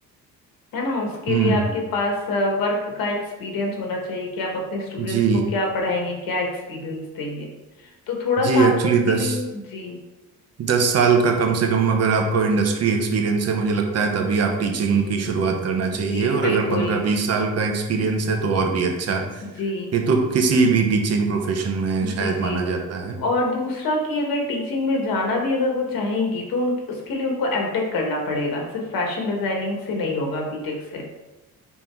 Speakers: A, on the left; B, on the right.
A: है ना उसके
B: हम्म
A: लिए आपके पास वर्क का एक्सपीरियंस होना चाहिए कि आप अपने स्टूडेंट्स
B: जी
A: को क्या पढ़ाएंगे क्या एक्सपीरियंस देंगे तो थोड़ा सा
B: जी
A: आपको
B: एक्चुअली
A: उसके
B: दस
A: लिए जी
B: दस साल का कम से कम अगर आपको इंडस्ट्री एक्सपीरियंस है मुझे लगता है तभी आप टीचिंग
A: जी
B: की शुरुआत करना चाहिए
A: जी
B: और
A: बिल्कुल
B: अगर पंद्रह बीस साल का एक्सपीरियंस है तो और भी अच्छा
A: जी
B: ये तो किसी भी टीचिंग प्रोफेशन में
A: जी
B: शायद
A: जी
B: माना जाता है
A: और दूसरा कि अगर टीचिंग में जाना भी अगर वो चाहेंगी तो उन उसके लिए उनको एमटेक करना पड़ेगा सिर्फ फैशन डिजाइनिंग से नहीं होगा बीटेक से